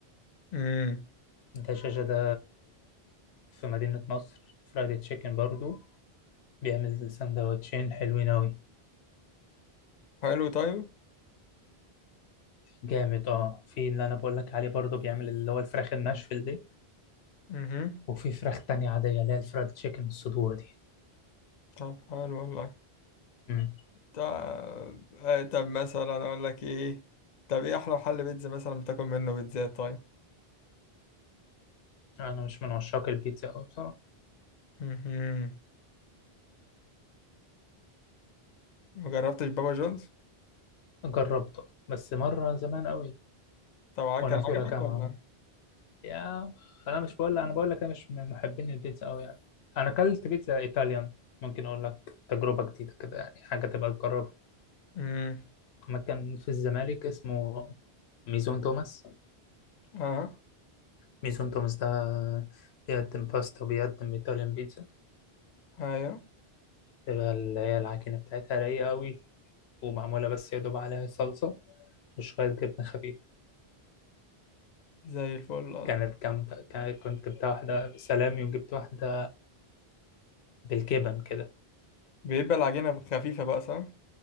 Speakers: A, on the left; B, on the left.
A: مم.
B: دجاجة ده في مدينة نصر فرايدي تشيكن برضو بيعمل سندوتشين حلوين أوي
A: حلو طيب
B: جامد اه في اللي أنا بقولك عليه برضو بيعمل اللي هو الفراخ الناشفل دي
A: امم
B: وفي فراخ تانية عادية اللي هي الفرايد تشيكن الصدور
A: طب حلو والله
B: دي
A: طب آه، طب مثلا اقول لك ايه طب ايه احلى محل بيتزا مثلا بتاكل منه بيتزات طيب
B: انا مش من عشاق البيتزا قوي بصراحه
A: امم ما جربتش بابا جونز
B: فجربت بس مره زمان قوي
A: طبعا
B: وانا
A: كان
B: في
A: عجبك
B: اولى جامعه
A: ولا
B: ما. يا انا مش بقول انا بقول لك انا مش من محبين البيتزا قوي يعني انا اكلت بيتزا ايطاليان ممكن اقول لك تجربه جديده كده يعني حاجه تبقى تجربها
A: امم
B: مكان في الزمالك اسمه ميزون توماس
A: اه
B: ميزون توماس ده بيقدم باستا وبيقدم ايطاليان بيتزا
A: ايوه
B: تبقى اللي هي العجينه بتاعتها رايقه قوي ومعموله بس يا دوب عليها صلصه وشويه جبنه خفيفه
A: زي الفل آه.
B: كانت جامدة كانت كنت جبتها واحدة بسلامي وجبت واحدة بالجبن كده
A: بيبقى العجينة خفيفة بقى صح